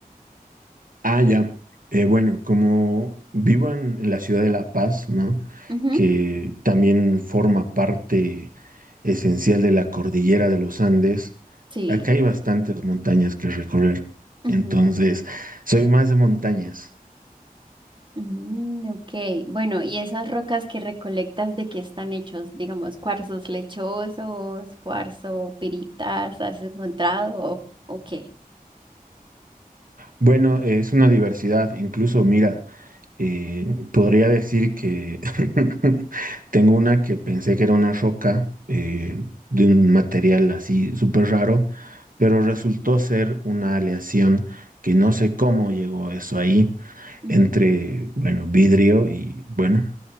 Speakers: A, on the right; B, on the right.
A: Ah, ya. Eh, bueno, como vivo en, en la ciudad de La Paz, ¿no?
B: Ujú,
A: Que también forma parte esencial de la cordillera de los Andes,
B: Sí.
A: acá hay bastantes montañas que recorrer.
B: ujú.
A: Entonces, soy más de montañas.
B: Mm, ok, bueno, ¿y esas rocas que recolectas de qué están hechos? Digamos, cuarzos lechosos, cuarzo, piritas, ¿has encontrado o, o qué?
A: Bueno, es una diversidad. Incluso, mira, eh, podría decir que <laughs> tengo una que pensé que era una roca eh, de un material así súper raro, pero resultó ser una aleación que no sé cómo llegó eso ahí
B: Mm,
A: entre, bueno, vidrio y, bueno,